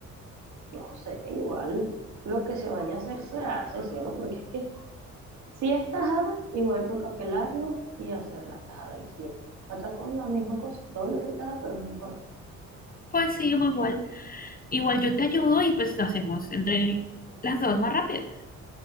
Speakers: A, on the right; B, on the left.
A: No sé, igual lo que se vaya a hacer se hace, cielo, porque es que si es tajada, igual toca pelarlo y hacer la tajada Y si es patacón, la misma cosa, doble fritada, pero no importa.
B: Pues sí, amor, igual. Igual yo te ayudo y pues lo hacemos entre las dos más rápido.